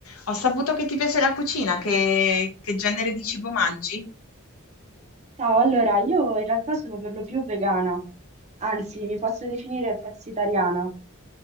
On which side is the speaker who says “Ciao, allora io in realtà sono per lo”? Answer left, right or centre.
Right